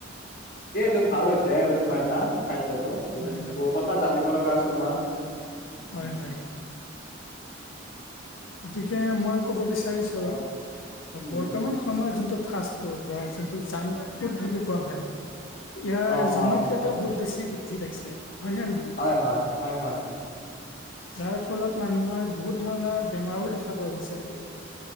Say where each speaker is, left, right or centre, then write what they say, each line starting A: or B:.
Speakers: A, on the left; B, on the left.
A: তোৰ ভাল হয়। <unintelligible> খাদ্যয়টো বহু
B: হয়
A: -
B: হয়
A: বহুত কথা জানিব লগা আছে। তোমাৰ
B: হয়
A: উম।
B: হয় গতিকে মই কব বিচাৰিছো
A: অ উম
B: বৰ্তমান
A: উম
B: সময়ত যোনটো ফাষ্ট ফুড বা যোনটো জাংক ফুড বুলি কোৱা হয়। ইয়াৰ
A: অ
B: জনপ্ৰিয়তা
A: অ হয়
B: বহুত বেছি বৃদ্ধি পাইছে। হয় নে নহয়
A: হয়, হয়, হয়, হয।
B: যাৰ ফলত মানুহৰ বহুত ধৰণৰ বেমাৰো দেখা পোৱা গৈছে আ